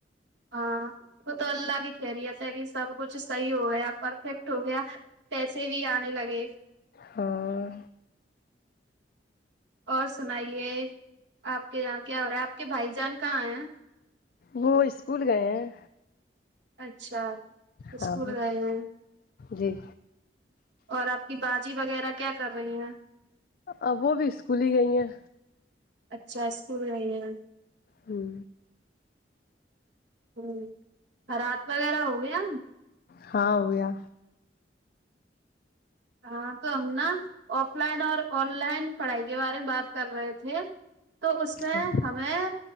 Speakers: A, on the right; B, on the left.
A: ہاں وہ تو اللہ کی خیریت ہے کہ سب کچھ صحیح ہو گیا پرفیکٹ ہو گیا پیسے بھی آنے لگے
B: ہاں
A: اور سنائیے آپ کے یہاں کیا ہو رہا ہے آپ کے بھائی جان کہاں ہیں
B: وہ اسکول گئے ہیں
A: اچھا اسکول
B: ہاں
A: گئے ہیں
B: جی
A: اور آپ کی باجی وغیرہ کیا کر رہی ہیں
B: اب وہ بھی اسکول ہی گئی ہیں
A: اچھا اسکول گئی ہے
B: ہوں
A: ہوں ر رات وغیرہ ہو گیا
B: ہاں ہوگیا
A: ہاں تو ہم نا آف لائن اور آن لائن پڑھائی کے بارے میں بات کر رہے تھے تو اس میں
B: ہاں
A: ہمیں